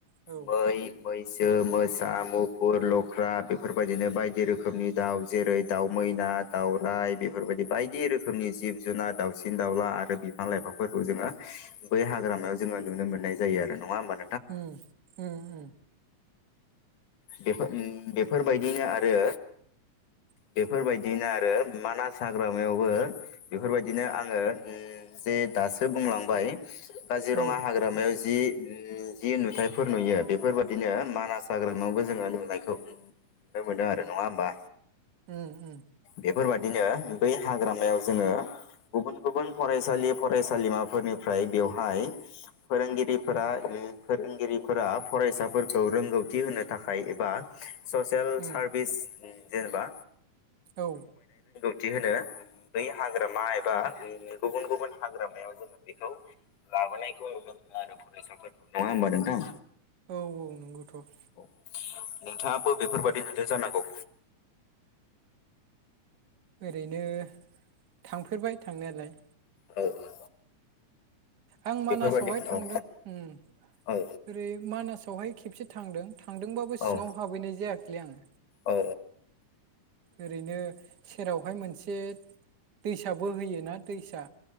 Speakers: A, on the right; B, on the left.
A: औ
B: मै मैसो मोसा मुफुर लख्रा बेफोरबायदिनो बायदि रोखोमनि दाउ जेरै दाउ म मैना दावउराय बेफोरबायदि बायदि रोखोमनि जिब जुनार दाउसिन दाउला आरो बिफां लाइफांफोर जोङो बै हाग्रायाव जोङो नुनो मोननाय जायो आरो नङा होमबा?
A: उम उम उम
B: बेफो उम बेफोरबायदिनो आरो
A: <inaudible>
B: बेफोरबायदिनो आरो मानास हाग्रामायावबो बेफोरबायदिनो आङो उम जे दासो बुंलांबाय काजिरङा
A: औ
B: हाग्रामायाव जि जि नुथायाइफोर नुयो बेफोरबाददिनो मानास हाग्रामायावबो जोङो नुनायखौ नुनो मोनो आरो नङा होमबा?
A: उम उम
B: बेफोरबायदिनो बै हाग्रामायाव जोङो गुबुन गुबुन फरायसालि फरायसालिमाफोरनिफ्राय बेवहाय फोरोंगिरिफोरा ओम फोरोंगिरिफोरा फरायसाफोरखौ रोंगौथि होनो थाखाय ए बा ससियेल
A: उम
B: सार्भिस जेनेबा
A: औ।
B: दि होनो बै हाग्रामा एबा गुबुन गुबुन हाग्रामायाव जोङो बेखौ लाबोनायखौ नुनो मोनो आरो फरायसाफोरखौ नंङा होमबा नोंथां?
A: औ औ नंगौथ'।
B: औ नोंथाङाबो बेफोरबायाददि नुदों जानांगौ।
A: ओरैनो थांफेरबाय थांनायालाय।
B: औ औ
A: आं मानासावहाय
B: बेफोरबायदि
A: थांदों
B: औ
A: उम
B: औ
A: ओरै मानासावहाय खेबसे थांदों थांदोंबाबो
B: औ
A: सिङाव हाबैनाय जायाखैलै आङो
B: औ
A: ओरैनो सेरावहाय मोनसे दैसाबो होयोना दैसा